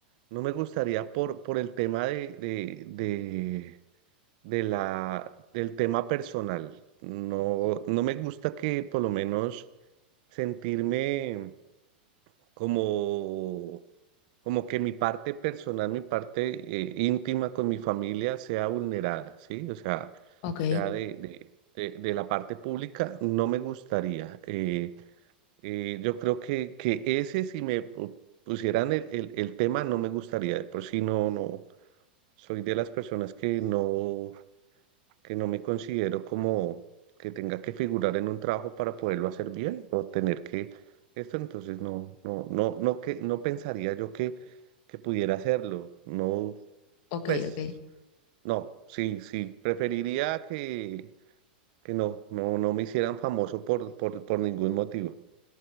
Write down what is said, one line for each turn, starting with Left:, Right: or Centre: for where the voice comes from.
Right: no me gustaría por, por el tema de, de, de, de la, del tema personal. No, no me gusta que por lo menos sentirme. como, como que mi parte personal, mi parte eh, íntima con mi familia sea vulnerada, ¿sí? O sea,
Left: Ok,
Right: sea de, de, de, de la parte pública, no me gustaría. Eh, eh, yo creo que, que ese, si me pu- pusieran el, el, el tema, no me gustaría. De por si no, no, soy de las personas que no que no me considero como que tenga que figurar en un trabajo para poderlo hacer bien o tener que esto, entonces no, no, no, no que no pensaría yo que, que pudiera hacerlo. No,
Left: ok,
Right: pues,
Left: ok,
Right: no, sí, sí, preferiría que, que no, no, no me hicieran famoso por, por, por ningún motivo.